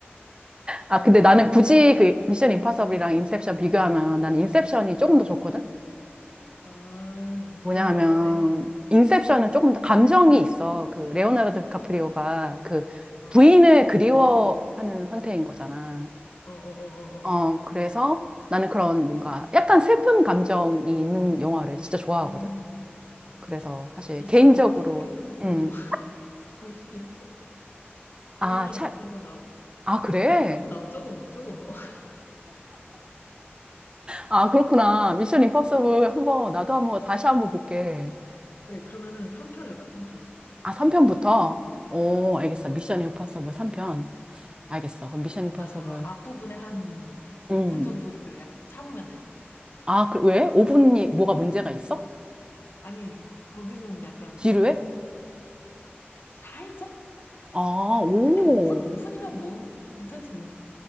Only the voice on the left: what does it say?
응.
아,
그런
걸 좋아해?
어, 어,
어, 어, 어,
어.
어. 음,
미션
임파서블에도
V, <laughs>
V랑
막 그런 거 나,
어,
조금 나와, 조금, 조금, 어. <laughs>
그래, 그러면은 3편을 봐, 3편.
어, 앞부분에 한
5분 정도를 약 참으면 돼.
아니, 거기는 약간,
어, 살짝?
근데 5분, 오 분이면 뭐, 괜찮지 뭐.